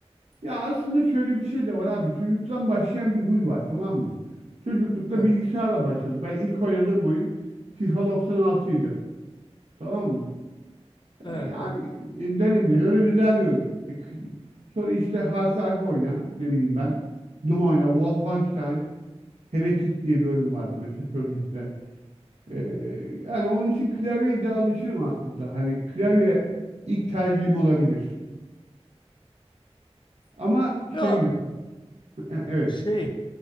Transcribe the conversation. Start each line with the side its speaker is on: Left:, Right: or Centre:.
Right: Ya aslında şöyle bir şey de var abi. Çocukluktan başlayan bir huy var tamam mı? Çocuklukta
Left: Evet,
Right: bilgisayarla başladık. Ben ilk oynadığım oyun FIFA 96 idi. Tamam mı?
Left: evet,
Right: Ee, Yani
Left: evet.
Right: e, dönemine göre güzel bir oyun. E, k- Sonra işte Half-Life oyna. Ne bileyim ben. Doom oyna. Wolfenstein. Heretic diye bir oyun vardı mesela çok eskiden. Ee, yani onun için klavyeye de alışığım aslında. Hani klavye ilk tercihim olabilir. Ama
Left: Ya
Right: şey mi? E, Evet.
Left: şey,